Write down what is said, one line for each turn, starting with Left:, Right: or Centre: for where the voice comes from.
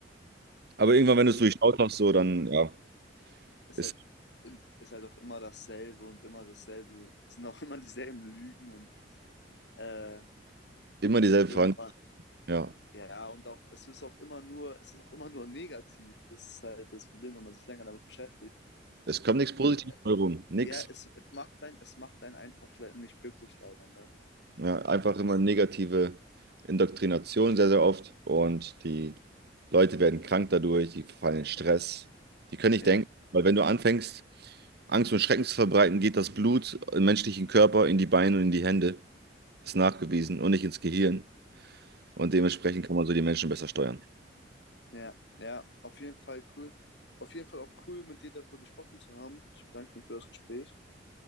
Right: Aber irgendwann, wenn du
Left: Ist,
Right: es durchschaut hast, so, dann, ja,
Left: ist
Right: ist
Left: halt, im- ist halt auch immer dasselbe und immer dasselbe. Es sind auch immer dieselben Lügen und äh,
Right: immer dieselbe
Left: irgendwann.
Right: Frage. Ja,
Left: Ja, und auch, es ist auch immer nur, es ist auch immer nur negativ. Das ist halt das Problem, wenn man sich länger damit beschäftigt.
Right: es kommt nichts Positives
Left: Äh,
Right: bei rum, nichts.
Left: ja, es, es macht sein, es macht einen einfach le- nicht glücklich leider, ne?
Right: Ja, einfach immer negative Indoktrination sehr, sehr oft und die Leute werden krank dadurch, die verfallen in Stress, die können nicht
Left: Ja,
Right: denken, weil wenn du anfängst, Angst und Schrecken zu verbreiten, geht das Blut im menschlichen Körper in die Beine und in die Hände, ist nachgewiesen und nicht ins Gehirn und dementsprechend kann man so die Menschen besser steuern.
Left: ja, ja, auf jeden Fall cool. Auf jeden Fall auch cool, mit dir darüber gesprochen zu haben. Ich bedanke mich für das Gespräch.